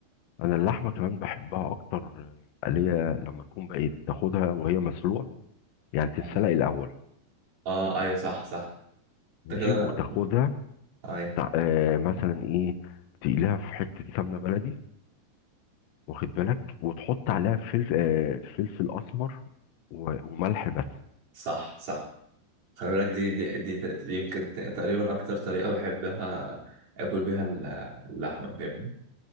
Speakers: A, on the left (about 85°); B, on the right (about 55°).
A: انا اللحمة كمان بحبها اكتر آه، اللي هي لما تكون بقت تاخدها وهي مسلوقة يعني تتسلق
B: آه.
A: الاول
B: اه ايوه صح صح
A: ماشي
B: انت كده
A: وتاخدها
B: ايوه
A: تع- آه مثلا ايه تقليها في حته سمنه بلدي واخد بالك وتحط عليها فلفل آه فلفل اسمر و- وملح بس
B: صح صح خلي بالك دي دي, دي, دي دي يمكن تقريبا اكتر طريقة بحبها اكل بيها اللحمة فاهمني